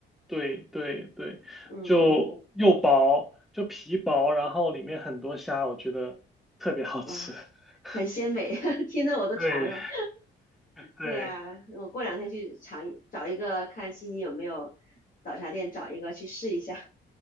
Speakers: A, in the centre; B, on the left.
A: 对对对，
B: 嗯嗯，
A: 就又薄，就皮薄，然后里面很多虾，我觉得特别好吃。
B: 哇，
A: <laughs>
B: 很鲜美，<laughs> 听得我都馋了。
A: 对对，
B: 对呀、我过两天去尝一，找一个看悉尼有没有早茶店，找一个去试一下。